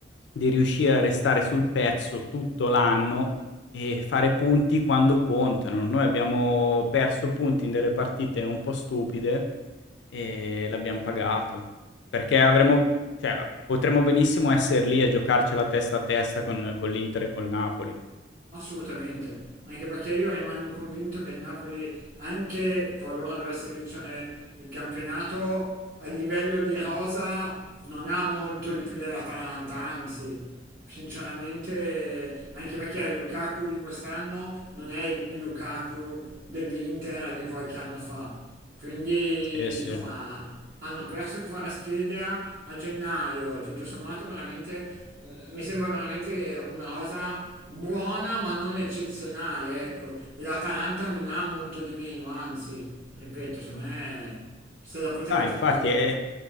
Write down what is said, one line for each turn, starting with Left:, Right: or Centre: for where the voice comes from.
Left: di riuscire a restare sul pezzo tutto l'anno e fare punti quando contano. Noi abbiamo perso punti in delle partite un po' stupide e l'abbiamo pagato. Perché avremmo cioè, potremmo benissimo essere lì a giocarcela testa a testa con con l'Inter e col Napoli.
Right: assolutamente.
Left: Eh,
Right: Anche perché io rimango convinto che il Napoli, anche qualora dovesse vincere il campionato, a livello di rosa non ha molto di più dell'Atalanta, anzi, sinceramente, anche perché il Lukaku di quest'anno non è il Lukaku dell'Inter di qualche anno fa. Quindi,
Left: Sì, sì.
Right: insomma, hanno perso Kvaratskhelia a gennaio, tutto sommato veramente, mm, mi sembra veramente una cosa buona ma non eccezionale, ecco. E l'Atalanta non ha molto di meno, anzi, ripeto, secondo me se la poteva
Left: Ah,
Right: giocare.
Left: infatti è